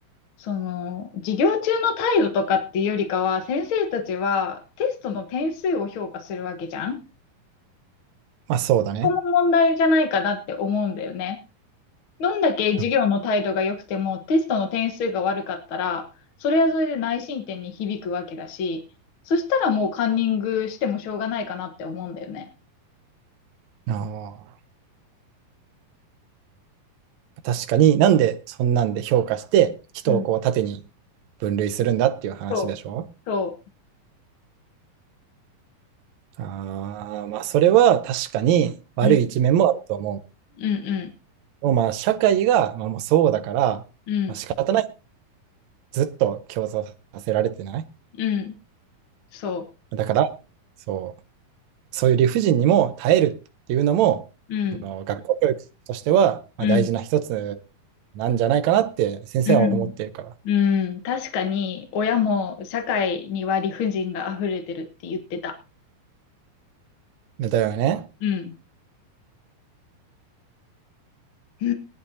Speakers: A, on the left; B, on the right.
A: その、授業中の態度とかっていうよりかは、先生たちはテストの点数を評価するわけじゃん
B: まあそうだね。
A: 問題じゃないかなって思うんだよね。どんだけ授業の態度が良くてもテストの点数が悪かったら、
B: う
A: それはそれで内申点に響くわけだし、そしたらもうカンニングしてもしょうがないかなって思うんだよね。
B: んあ確かになんでそんなんで評価して人をこう縦に
A: うん、
B: 分類するんだっていう話でしょ
A: そう、そ
B: ああ、まあそれは確かに悪い一面もあると思
A: う、うん、うん、
B: う。もうまあ社会がまあもうそうだから、
A: うん、
B: まあ仕方ない。ずっと競争させられてない。
A: うん、うん、そ
B: だから、そう、そういう理不尽にも耐えるっていうのも、
A: う、うん、
B: あの学校教育としてはまあ大事な一つ
A: うん、
B: なんじゃないかなって先生は思ってるか
A: うん。うん、確かに、親も社会には理不尽が溢れてるって言ってた。
B: ら。だよね。
A: うん。う